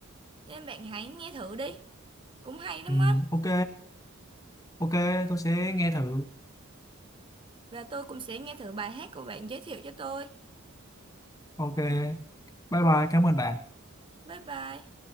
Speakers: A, on the right; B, on the left.
A: nên bạn hãy nghe thử đi. Cũng hay lắm
B: ừ,
A: á.
B: ok ok tôi sẽ nghe thử
A: Và tôi cũng sẽ nghe thử bài hát của bạn giới thiệu cho tôi.
B: ok bye bye cảm ơn bạn
A: Bye bye.